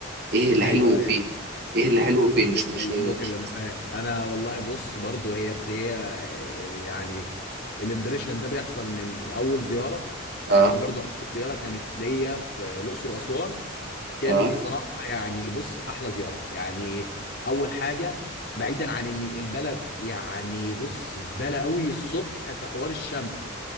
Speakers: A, on the right (about 50°); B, on the left (about 50°).
A: إيه اللي
B: ايوه
A: حلو
B: أيوه.
A: وفين إيه اللي حلو وفين مش مش إيه
B: ممكن
A: ومش
B: انا فاهم انا والله بص برضو هي بت... هي يعني الامبريشن ده بيحصل من اول زياره يعني
A: آه
B: انا برضو اول زياره كانت ليا في الاقصر واسوان كانت
A: آه
B: بصراحه يعني بص احلى زياره يعني اول حاجه بعيدا عن ان البلد يعني بص زباله قوي الصبح في حوار الشمس